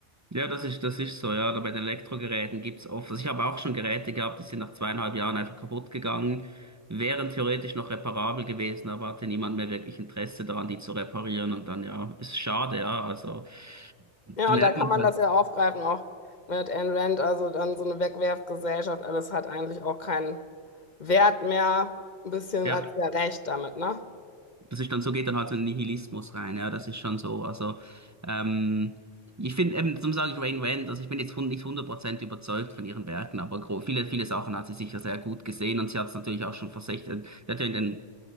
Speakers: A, on the right; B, on the left.
A: Ja, das ist, das ist so, ja. Oder bei den Elektrogeräten gibt's oft. Also ich habe auch schon Geräte gehabt, die sind nach zweieinhalb Jahren einfach kaputt gegangen, wären theoretisch noch reparabel gewesen, aber hatte niemand mehr wirklich Interesse daran, die zu reparieren. Und dann, ja, ist schade, ja. Also, da
B: Ja, und
A: merkt
B: da kann
A: man
B: man
A: halt,
B: das ja aufgreifen, auch mit Ayn Rand, also dann so eine Wegwerfgesellschaft, alles hat eigentlich auch keinen Wert mehr. Ein bisschen
A: ja.
B: hat sie ja recht damit, ne?
A: das ist dann so, geht dann halt so ein Nihilismus rein, ja, das ist schon so. Also, ähm, ich finde eben, zum sagen, ich Rain Rand, also ich bin jetzt hund- nicht 100% überzeugt von ihren Werken, aber gro- viele, viele Sachen hat sie sicher sehr gut gesehen und sie hat es natürlich auch schon vor 16, sie hat ja in den